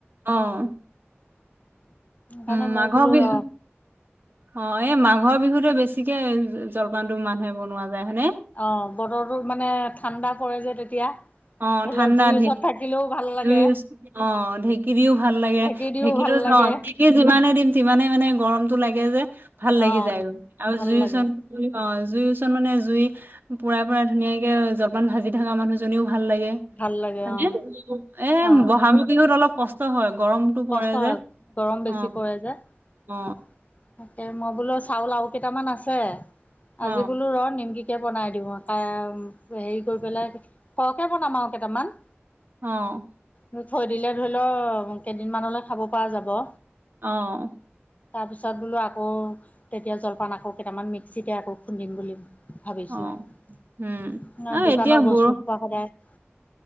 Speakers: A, on the right; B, on the left.
A: অঁ।
B: <inaudible>
A: উম,
B: মই
A: মাঘ
B: বোলো
A: বি-
B: ৰ
A: অঁ, এই মাঘৰ বিহুতে বেছিকে জলপানটো মানুহে বনোৱা যায়, হয়নে?
B: অঁ, বতৰটো মানে ঠাণ্ডা পৰে যে তেতিয়া।
A: অঁ,
B: ধৰি
A: ঠাণ্ডা
B: লওক জুইৰ
A: দিন
B: ওচৰত থাকিলেও ভাল লাগে,
A: জুই অঁ, ঢেঁকী দিওঁ ভাল লাগে।
B: ঢেঁকী দিও
A: ঢেঁকিটোৰ
B: ভাল লাগে।
A: ন <unintelligible> যিমানে দিম টিমানে মানে গৰমতটো লাগে যে ভাল লাগি
B: অ',
A: যায় আৰু
B: ভাল
A: জুই
B: লাগে,
A: ওচৰত - অঁ, জুই ওচৰত মানে জুই- পুৰা পুৰা ধুনীয়াকে জলপান ভাজি থকা মানুহজনীও ভাল লাগে। এ
B: ভাল লাগে অ', অ'।
A: বহাগৰ বিহুত অলপ কষ্ট হয়, গৰমতটো
B: কষ্ট
A: পৰে
B: হয়,
A: যে।
B: গৰম
A: অ
B: বেছি পৰে যে।
A: অ
B: তাকে মই বোলো চাউল আৰু কেইটামান আছে,
A: অ
B: আজি বোলো ৰ নিমকি- কে বনাই দিওঁ কৈ হেৰী কৰি পেলাই খৰকে বনাম আৰু কেইটামান।
A: অঁ।
B: মু থৈ দিলে ধৰি লওঁক, কেইদিনমানলৈ খাব পৰা যাব।
A: অঁ।
B: তাৰ পিছত বোলো আকৌ তেতিয়া জলপান আকৌ কেইটামান মিক্সিতে আকৌ খুন্দিম বুলিম- ভাবিছো,
A: অ উম
B: ন
A: অ
B: দোকানৰ
A: এতিয়া
B: বস্তু
A: বৰ
B: সূপা সদায়-